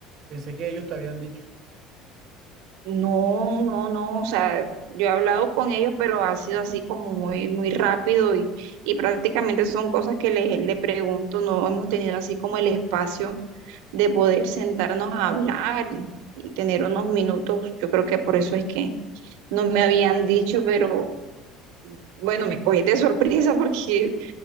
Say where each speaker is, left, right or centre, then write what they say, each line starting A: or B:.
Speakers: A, on the right (about 35°); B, on the right (about 75°).
A: Pensé que ellos te habían dicho.
B: No, no, no, o sea, yo he hablado con ellos, pero ha sido así como muy, muy rápido y, y prácticamente son cosas que le, le pregunto, no hemos tenido así como el espacio de poder sentarnos a hablar y, y tener unos minutos. Yo creo que por eso es que no me habían dicho, pero bueno, me cogí de sorpresa porque,